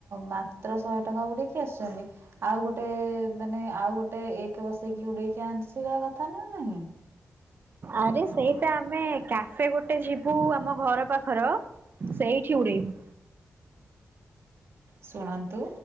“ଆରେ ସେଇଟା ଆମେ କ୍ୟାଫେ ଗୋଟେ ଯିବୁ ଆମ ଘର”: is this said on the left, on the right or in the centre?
Right